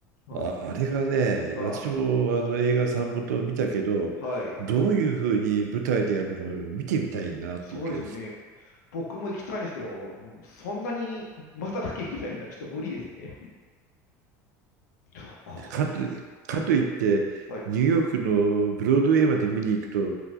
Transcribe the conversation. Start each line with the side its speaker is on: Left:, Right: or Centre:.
Left: はい。
Right: あ、あれがね、
Left: あ
Right: 私もあの映画3本と見たけど、
Left: あ、はい。
Right: どういうふうに舞台でやるのか見てみたいなっていう気がし、
Left: そうですよね。僕も行きたいんですけど、そんなに瞬きゃいけないのはちょっと無理ですね。そうか。
Right: かと、かといって、
Left: はい。
Right: ニューヨークのブロードウェイまで見に行くと、